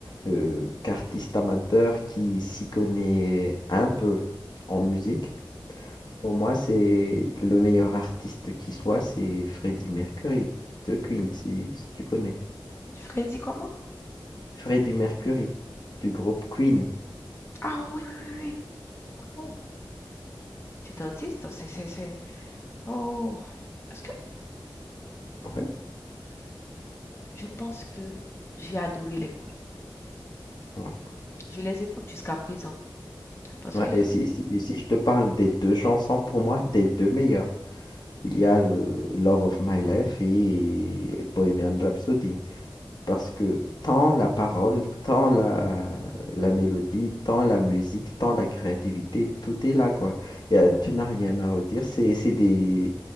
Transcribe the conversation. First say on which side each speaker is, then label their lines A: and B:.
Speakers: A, on the left; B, on the left.
A: euh, euh, qu'artiste amateur qui s'y connaît un peu en musique.
B: Mmh
A: Pour moi, c'est le meilleur artiste qui soit, c'est Freddie Mercury de Queen, si, si tu connais.
B: Freddy comment?
A: Freddie Mercury du groupe Queen.
B: Ah oui, oui, oui, oui. Oh, tu étais autiste? C'est c'est c'est oh. Est-ce que
A: Ouais,
B: je pense que j'ai adoré les Queens.
A: ouais.
B: Je les écoute jusqu'à présent parce
A: Ouais,
B: que
A: et si, si- et si je te parle des deux chansons, pour moi, des deux meilleures, il y a le Love of My Life et Bohemian Rhapsody. Parce que tant la parole, tant la, la mélodie, tant la musique, tant la créativité, tout est là, quoi. Y a-
B: ouais,
A: tu
B: ouais,
A: n'as rien à redire. C'est, c'est des,